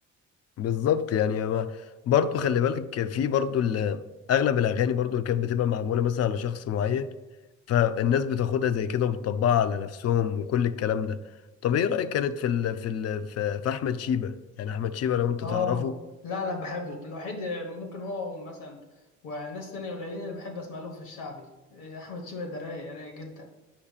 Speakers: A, on the left; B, on the left.
A: بالظبط يعني ما برضو خلي بالك في برضو ال- أغلب الأغاني برضو اللي كانت بتبقى معمولة مثلا على شخص معين فالناس بتاخدها زي كده وبتطبقها على نفسهم وكل الكلام ده طب ايه رأيك كانت في ال في ال في في احمد شيبة يعني احمد شيبة لو انت
B: اه
A: تعرفه
B: لا لا بحبه الوحيد ممكن هو مثلا وناس تانية قليلين اللي بحب اسمع لهم في الشعبي إيه، احمد شيبة ده رايق رايق جدا